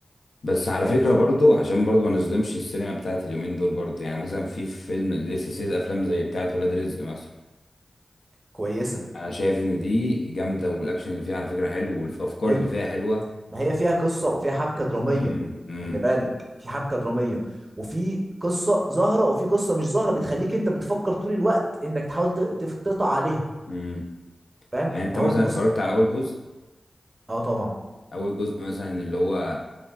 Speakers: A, on the left (about 75°); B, on the right (about 35°).
A: بس على
B: لان
A: فكرة
B: الفيلم
A: برضو عشان برضو ما نظلمش السينما بتاعت اليومين دول برضو يعني مثلا في فيلم لسه سلسلة أفلام زي بتاعت ولاد رزق مثلا
B: كويسة
A: أنا شايف إن دي جامدة والأكشن اللي فيها على فكرة حلو والأفكار
B: حلو
A: اللي فيها حلوة
B: ما هي فيها قصة وفيها حبكة درامية
A: امم امم
B: خلي بالك في حبكة درامية وفي قصة ظاهرة وفي قصة مش ظاهرة بتخليك انت بتفكر طول الوقت انك تحاول ت- تف- تقطع عليها
A: امم
B: فاهم
A: يعني انت
B: ما
A: مثلا
B: هو دي بص
A: اتفرجت على اول جزء
B: اه طبعا
A: اول جزء مثلا اللي هو